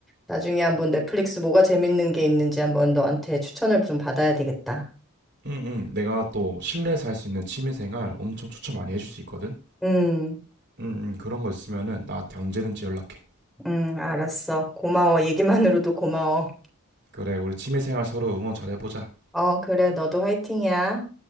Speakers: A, in the centre; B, on the right (about 50°).
A: 나중에 한번 넷플릭스 뭐가 재밌는 게 있는지 한번 너한테 추천을 좀 받아야 되겠다.
B: 응응 내가 또 실내에서 할 수 있는 취미생활 엄청 추천 많이 해줄 수 있거든.
A: 음.
B: 응응 그런 거 있으면은 나한테 언제든지 연락해.
A: 응, 알았어. 고마워. 얘기만으로도 고마워.
B: 그래 우리 취미생활 서로 응원 잘 해보자.
A: 어, 그래, 너도 화이팅이야.